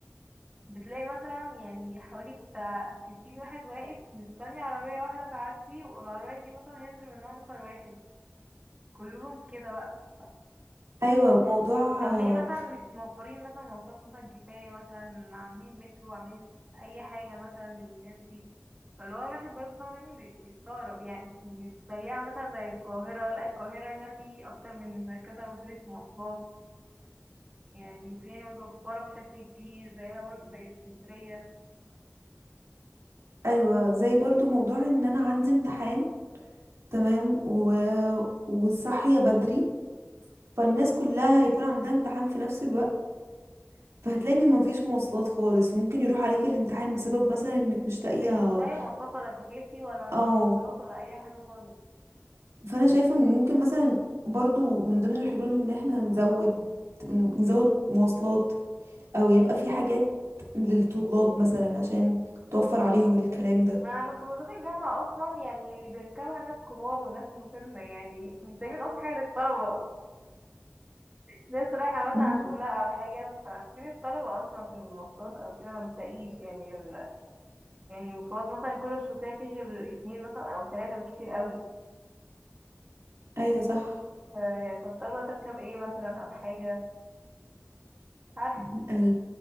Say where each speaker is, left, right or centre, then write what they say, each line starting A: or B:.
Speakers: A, on the right; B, on the right.
A: فبتلاقي مثلا يعني حوالي بتاع ستين واحد واقف مستني عربية واحدة تعدي والعربية دي مثلا ينزل منها نفر واحد كلهم كده بقى
B: ايوه موضوع
A: طب
B: آه،
A: ليه مثلا مش موفرين مثلا مواصلات مثلا كفاية مثلا عاملين مترو عاملين أي حاجة مثلا للناس دي فاللي هو الواحد برضه فاهماني بي- بيستغرب يعني مش زيها مثلا زي القاهرة لا القاهرة هنا في أكتر من كذا وسيلة مواصلات يعني الدنيا متوفرة بشكل كبير زيها برضه زي اسكندرية
B: ايوه زي برضو موضوع ان انا عندي امتحان تمام و... وصاحية بدري فالناس كلها هيكون عندها امتحان في نفس الوقت فهتلاقي ان مفيش مواصلات خالص ممكن يروح عليك الامتحان بسبب مثلا انك مش
A: مفيش
B: لاقيها
A: مش لاقي مواصلات ولا تكاسي ولا ميكروباصات
B: او
A: ولا أي حاجة خالص
B: فانا شايفة ان ممكن مثلا برضو من ضمن الحلول ان احنا نزود نزود مواصلات او يبقى في حاجات للطلاب مثلا عشان توفر عليهم الكلام ده
A: ما ميكروباصات الجامعة أصلا يعني اللي بيركبها ناس كبار وناس مسنة يعني مش سايبين أصلا حاجة للطلبة ناس رايحة مثلا
B: مم.
A: على شغل أو حاجة ففين الطلبة أصلا في المواصلات أو كده ما بتلاقيش يعني غير يعني الميكروباص مثلا كل مش بتلاقي فيه غير اتنين مثلا أو تلاتة بالكتير قوي
B: ايوه صح
A: ف- طب الطلبة تركب ايه مثلا أو حاجة مش عارفة
B: <laughs> ال-